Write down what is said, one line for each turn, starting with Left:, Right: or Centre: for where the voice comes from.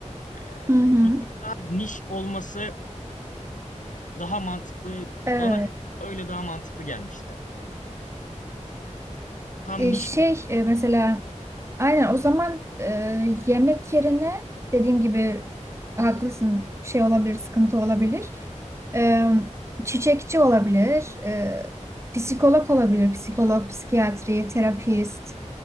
Left: Ee,
Right: Hı hı.
Left: bir tık daha niş olması daha mantıklı. Bana
Right: Evet.
Left: bir tık öyle daha mantıklı gelmişti. Tam
Right: E,
Left: niş
Right: şey
Left: bir
Right: e, mesela Aynen o zaman e, yemek yerine dediğim gibi haklısın şey olabilir sıkıntı olabilir. E, çiçekçi olabilir, e, psikolog olabilir, psikolog, psikiyatri, terapist,